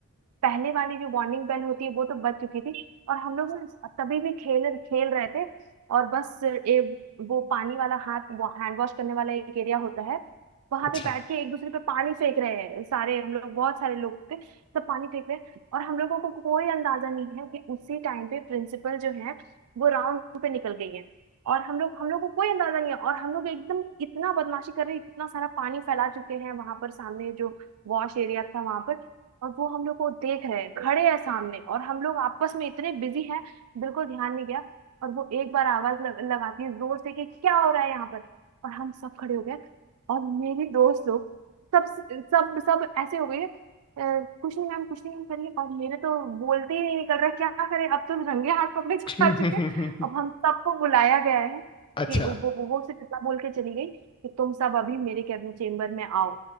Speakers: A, on the right; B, on the left.
A: पहले वाली जो वार्निंग बेल होती है वो तो बज चुकी थी और हम लोग ना तभी भी खेल खेल रहे थे और बस ए, वो पानी वाला हाथ हैंड वॉश करने वाला एक एरिया होता है वहां
B: अच्छा
A: पे बैठ के एक दूसरे पे पानी फेंक रहे हैं सारे हम लोग बहुत सारे लोग थे सब पानी फेंक रहे हैं और हम लोगों को कोई अंदाजा नहीं है कि उसी टाइम पे प्रिंसिपल जो है वो राउंड पे निकल गई है और हम लोग हम लोग को कोई अंदाजा नहीं है और हम लोग एकदम इतना बदमाशी कर रहे हैं इतना सारा पानी फैला चुके हैं वहां पर सामने जो वॉश एरिया था वहां पर और वो हम लोग को देख रहे हैं खड़े हैं सामने और हम लोग आपस में इतने बिजी हैं बिल्कुल ध्यान नहीं गया और वो एक बार आवाज लग, लगाती है जोर से कि क्या हो रहा है यहाँ पर और हम सब खड़े हो गए और मेरी दोस्त लोग सब सब सब ऐसे हो गए "अ, कुछ नहीं मैम कुछ नहीं मैम करिए और मेरे तो बोलते ही नहीं निकल रहा क्या करें अब तो रंगे हाथ पकड़े जा
B: <laughs>
A: चुके अब हम सबको बुलाया गया है
B: अच्छा
A: कि वो वो वो सिर्फ इतना बोल के चली गई कि तुम सब अभी मेरे कैबिन चेम्बर में आओ